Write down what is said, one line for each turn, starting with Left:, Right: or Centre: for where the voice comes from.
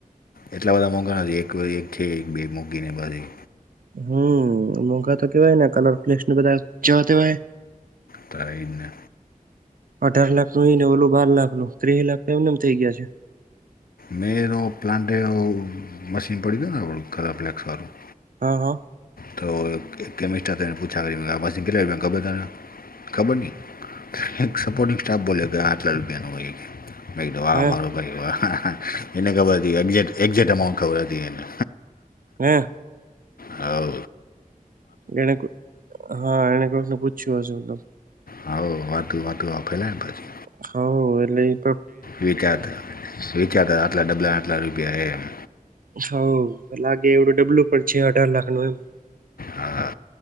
Left: એટલા બધા મોંઘા નથી એક-એક એક-બે મૂગી ને બધી.
Right: હમ્મ મોઘા તો કેવાય ને, કલર ફ્લેસ ને બધા. જોવા તે વાય
Left: તારે એ જ ને
Right: અઢાર લાખ નું ઈ ને, ઓલું બાર લાખ નું. ત્રીસ લાખ, એમને એમ થઇ ગયા છે
Left: મેં તો પ્લાન્ટ. એવું મશીન પડી ગયો ને, આપણું ખરફ્લેક્સ વાળું.
Right: હા, હા.
Left: તો કેમિસ્ટને પૂછા કરી કેટલા આયા ખબર તને ખબર ની એક સપોર્ટિંગ સ્ટાફ બોલ્યો કે, આટલા રૂપિયા નો હોય મે કીધું
Right: હા
Left: આ મારો અરે વાહ! એને ખબર હતી એક્જેક્ટ એક્જેક્ટ અમાાઉન્ટ ખબર હતી એને.
Right: હમ્મ
Left: હા.
Right: એને, હા, એણે પ્રશ્ન પૂછ્યું હશે, મતલબ.
Left: હા, વાતું વાતું આપેલા ને પછી
Right: હો એટલે ઈ
Left: વિચારતા વિચારતા, અટલા ડબલા, અટલા રૂપિયા, એમ.
Right: હ, લાગે એવડું ડબલુ પણ છે, અઢાર લાખ નું, એવુ
Left: હા,